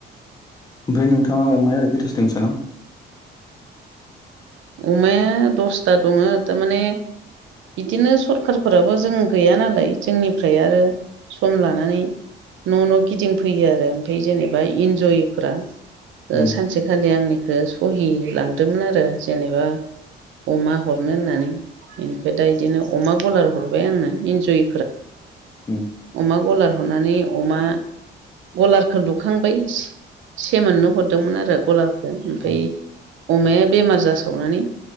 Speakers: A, on the left (about 20°); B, on the right (about 75°).
A: ओमफ्राय नोंथाङा अमाया ओरैनो खैथासो दं नोंसाना।
B: अमाया दसथा दङ थारमाने बिदिनो सरखारफोराबो जों गैया नालाय जोंनिफ्राय आरो सम लानानै न' न' गिदिंफैयो आरो ओमफ्राय जेनेबा इन्जयफोरा ओ
A: उम
B: सानसेखालि आंनिखौ सहि लांदोमोन आरो जेनेबा अमा हरनो होननानै बेनिफ्राय दा इदिनो अमा गलार हरबाय आंनो इन्जय
A: उम उम
B: अमा गलार हरनानै अमा गलारखो लुखांबाय सेमोननो हरदोंमोन आरो गलार खो ओमफ्राय
A: औ
B: अमाया बेमार जासावनानै